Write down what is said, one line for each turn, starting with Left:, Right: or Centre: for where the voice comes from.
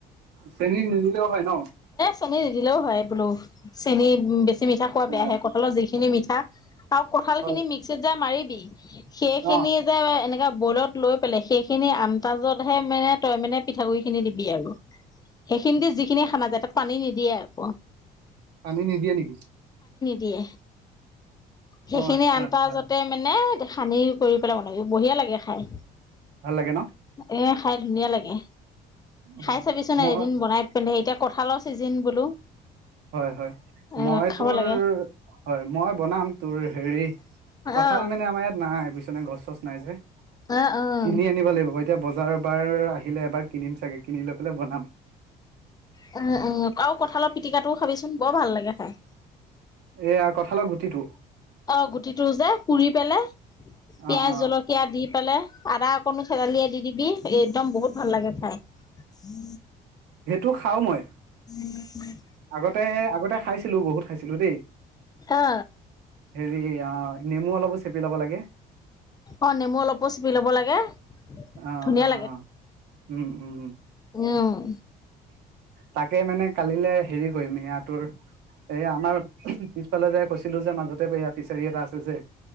Right: চেনী নিদি লেও হয় ন
Left: চেনি নিদিলেও হয় তোমাৰ চেনি উম বেছি বেছি মিঠা খোৱা
Right: অ
Left: বেয়া হে কঁঠালৰ যি খিনি মিঠা আৰু কঁঠাল
Right: হয়
Left: খিনি মিক্সিত যে মাৰি <unintelligible> সেই খিনি
Right: অ
Left: যে এনেকা বইলত লৈ পেলাই সেইখিনি আনতাজতহে মে এ তই মানে পিঠাগুৰি খিনি দিবি আৰু সেইখিনি দি যিখিনি সা ন তাতে পানী নিদিয়ে আকৌ
Right: পানী নিদিয়া নিকি
Left: দিয়ে। সেইখিনি
Right: আচ্ছা
Left: আনন্তাজতে
Right: আচ্ছা
Left: মানে সানি কৰি পেলাই মন বঢ়িয়া লাগে খাই
Right: ভাল লাগে ন।
Left: এ খাই ধুনীয়া লাগে
Right: অ
Left: খাই চাবিচোন
Right: মই
Left: এদিন বনাই পানে এতিয়া কঁঠালৰ ছিজিন বোলো
Right: হয় হয়
Left: অ
Right: মই
Left: খাব
Right: তোৰ
Left: লাগে
Right: হয় মই বনাম তোৰ হেৰি কঁঠাল
Left: অ
Right: মানে আমাৰ ইয়াত না ন এই পিছ ননে গছ চছ নাই যে
Left: অ অ
Right: কিনি আনিব লাগিব এতিয়া বজাৰবাৰ আহিলে এবাৰ কিনিম চাগে কিনি লৈ পেলাই বনাম
Left: আৰুো কঁঠালৰ পিটিকাটোও খাবিচোন বৰ ভাল লাগে খাই,
Right: এয়া কঠালত গুটিটো,
Left: অ গুটিটো যে পুৰি পেলাই পিয়াজ
Right: অ অ
Left: জলকীয়া দি পেলাই আদা। স কনো চেৰাালি দি দিবি একদম বহুত ভাল লাগে খাই উম
Right: সেইটো খাও মই
Left: উম। হয়।
Right: আগতে আগতে খাইছিলো বহুত খাইছিলো। ছিলো দেই।
Left: অ
Right: হেৰি অ নেমু অলপ চেপি লব লাগে
Left: অ নেমু অলপো চুপি লব লাগে
Right: অ
Left: ধুনীয়া
Right: অ। উম উম উম।
Left: আহ
Right: তাকে মানে কালিলে হেৰি কৰিম এইয়া তোৰ এই আমাৰ পিছফালে যোয় কৈছিলো যে মাজতে এই ফিচাৰি এটা আছে যে